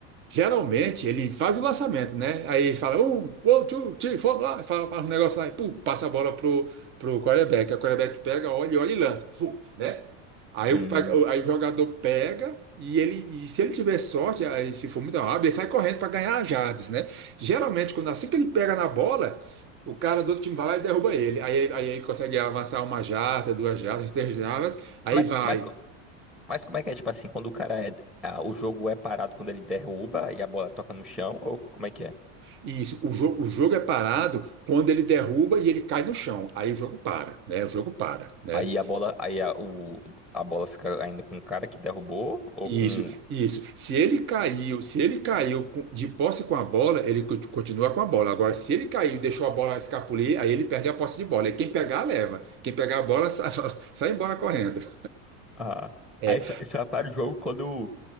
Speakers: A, on the right; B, in the centre.
A: Geralmente ele faz o lançamento, né? Aí ele fala um, one, two, three, four, lá, fala, fala um negócio lá e pum, passa a bola pro, pro quarterback. Aí O quarterback pega, olha, olha e lança, Zum, né? Aí
B: hum.
A: o, pa- o- aí o jogador pega e ele, e se ele tiver sorte, aí se for muito rápido, ele sai correndo para ganhar as jardas, né? Geralmente, quando assim que ele pega na bola, o cara do outro time vai lá e derruba ele. Aí, aí ele consegue avançar uma jarda, duas jardas, três jardas, aí
B: Mas,
A: vai.
B: co- mas, co- mas como é que é, tipo assim, quando o cara é. ah, o jogo é parado quando ele derruba e a bola toca no chão, ou como é que é?
A: Isso, o jogo, o jogo é parado quando ele derruba e ele cai no chão. Aí o jogo para, né? O jogo para, né?
B: Aí a bola, aí a, o, a bola fica ainda com o cara que derrubou, ou
A: Isso,
B: com
A: isso. Se ele caiu, se ele caiu com- de posse com a bola, ele co- continua com a bola. Agora, se ele caiu e deixou a bola escapulir, aí ele perde a posse de bola. E quem pegar, leva. Quem pegar a bola, sai, <laughs> sai embora correndo.
B: Ah,
A: É,
B: aí só, só para o jogo quando,